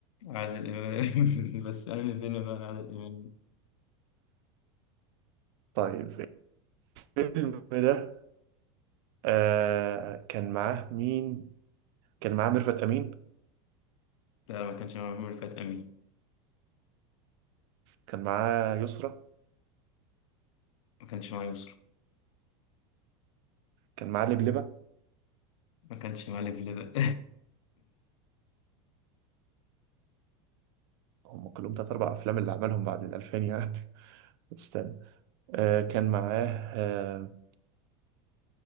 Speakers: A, on the left; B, on the right.
A: عادل إمام <laughs> بس أنا فين بقى عادل إمام
B: طيب الفيلم ده آه، كان معاه مين؟ كان معاه ميرفت أمين
A: لا ما كانش معاه محمود رفعت أمين
B: كان معاه يسرى
A: ما كانش معاه يسرا
B: كان معاه لبلبة
A: ما كانش معاه ليفل ده
B: هم كلهم تلات أربع أفلام اللي عملهم بعد الألفين يعني <laughs> استنى آه كان معاه آه